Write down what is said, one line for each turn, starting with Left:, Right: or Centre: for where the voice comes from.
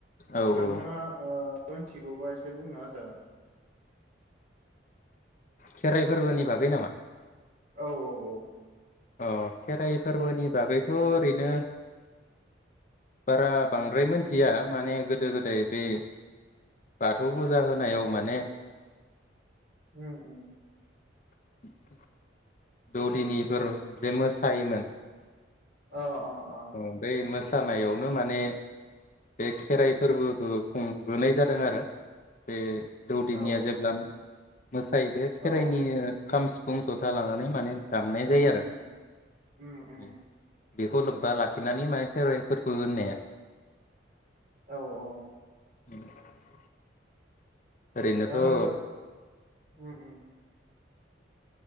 Left: औ
Right: नोंथाङा
Left: औ
Right: ओ मोनथिगौबा एसे बुंना होजागोन
Left: खेराइ फोरबोनि बागै नामा?
Right: औ औ औ
Left: अ खेराइ फोरबोनि बागैथ ओरैनो बारा बांद्राय मिथिया माने गोदो गोदाय बे बाथौ फुजा होनायाव माने
Right: ओम ओम
Left: <inaudible> दौदिनिफोर जे मोसायोमोन
Right: अ अ अ
Left: ओ बै मोसानायावनो माने बे खेराइ फोरबोबो खुंबोनाय जादों आरो बे दौदिनिया
Right: औ
Left: जेब्ला
Right: औ
Left: मोसायो बे खेराइनि
Right: औ
Left: खाम सिफुं जथा लानानै माने दामनाय जायो
Right: उम
Left: आरो
Right: उम उम
Left: <inaudible>
Right: उम
Left: बेखौलब बा लाखिनानै माने खेराइफोरखौ होननाया
Right: औ औ
Left: <inaudible> ओरैनोथ'
Right: आरो
Left: औ
Right: उम उम